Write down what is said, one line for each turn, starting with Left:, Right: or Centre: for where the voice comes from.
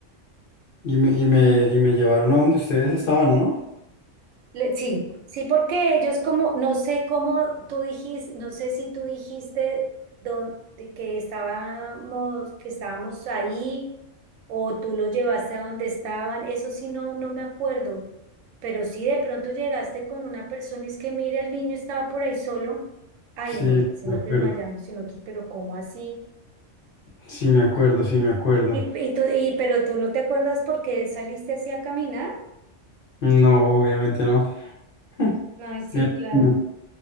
Left: Y me, y me, y me llevaron a donde ustedes estaban, ¿no?
Right: Le- Sí, sí, porque ellos como, no sé cómo tú dijiste, no sé si tú dijiste don- de que estábamos, que estábamos ahí o tú los llevaste a donde estaban, eso sí no, no me acuerdo, pero si de pronto llegaste con una persona y es que mira, el niño estaba por ahí solo, ay
Left: Sí,
Right: no, así
Left: me
Right: nos
Left: acuerdo.
Right: desmayamos y nosotros, pero ¿cómo así?
Left: Sí, me acuerdo, sí, me acuerdo.
Right: Y, y tú, y, pero tú no te acuerdas por qué saliste así a caminar?
Left: No, obviamente no. <laughs>
Right: Ay, sí,
Left: Eh,
Right: claro.
Left: no.